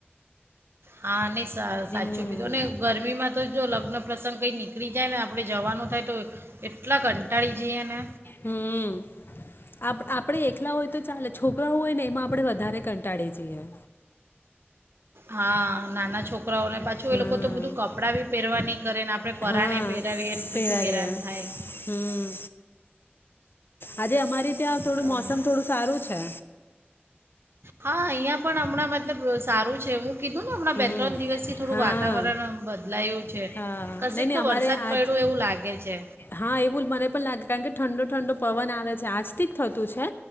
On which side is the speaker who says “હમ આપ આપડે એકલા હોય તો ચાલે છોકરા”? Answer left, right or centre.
Left